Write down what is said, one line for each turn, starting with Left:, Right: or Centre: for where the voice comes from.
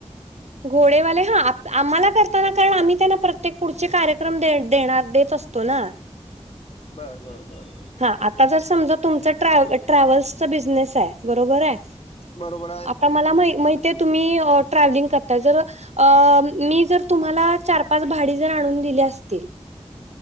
Right: घोडेवाले हा आम्हाला करताना कारण आम्ही त्यांना प्रत्येक पुढचे कार्यक्रम दे देणार देत असतो तो ना.
Left: बर, बर, बर, बर.
Right: हा. आता जर समजा तुमचा ट्रॅव्ह ट्रॅव्हल्सचा बिझनेस हाय बरोबर हाय.
Left: बरोबर हाय.
Right: आता मला मा माहिती आहे तुम्ही ट्रॅव्हलिंग करताय. जर अ मी जर तुम्हाला चार, पाच भाडी जर आणून दिली असतील